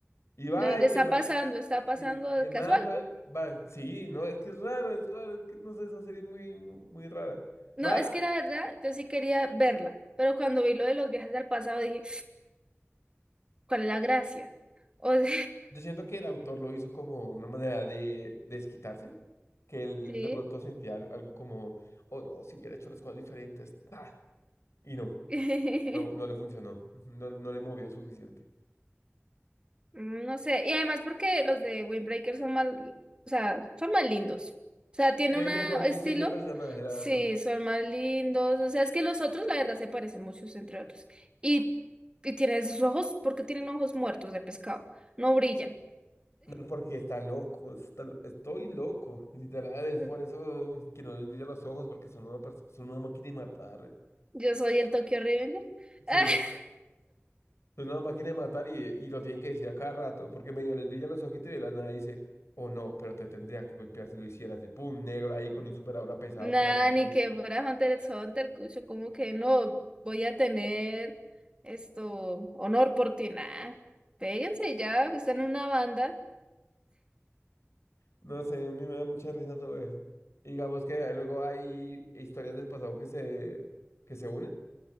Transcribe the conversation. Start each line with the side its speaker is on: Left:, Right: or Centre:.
Left: Y va,
Right: de- de-
Left: y
Right: está
Left: que el man,
Right: pasando, está pasando
Left: y, y el
Right: casual.
Left: man va, va, sí, no, es que es raro, es raro, es que no sé, esa serie es muy, muy, muy rara.
Right: No,
Left: Va,
Right: No, es que la verdad, yo sí quería verla, pero cuando vi lo de los viajes al pasado dije, ¿cuál es la gracia? O sea,
Left: yo siento que el autor lo hizo como una manera de de desquitarse, que él
Right: <laughs> sí.
Left: de pronto sentía al- algo como, oh no, si hubiera hecho las cosas diferentes, ah", y no,
Right: <laughs>
Left: no, no le funcionó, <laughs> no, no le movió suficiente.
Right: Mm, No sé, y además porque los de Windbreaker son más, o sea, son más lindos. O sea, tiene
Left: Tiene
Right: un
Left: mejor
Right: estilo.
Left: diseño de personaje, la
Right: Sí,
Left: verdad.
Right: son más lindos. O sea, es que los otros, la verdad, se parecen muchos entre otros. Y, y tienen sus ojos, porque tienen ojos muertos de pescado. No brillan.
Left: No, porque está loco, está lo- estoy loco, literal, es
Right: Mm,
Left: por eso que no les brilla los ojos, porque son una, perso- son una máquina de matar,
Right: Yo soy el Tokyo Revenger.
Left: sí,
Right: <laughs>
Left: son una máquina de matar y, y lo tienen que decir a cada rato, porque medio les brilla los ojitos y de la nada dice, oh no, pero te tendría que golpear si lo hicieras, y pum, negro ahí con un super aura pesado
Right: Nah,
Left: que lo aplasta,
Right: ni que fuera Hunter x Hunter, cucho, como que no voy a tener esto, honor por ti, nah. Péguense ya, están en una banda,
Left: no sé, a mí me da mucha risa todo eso, y digamos que luego hay historias del pasado que se, que se unen,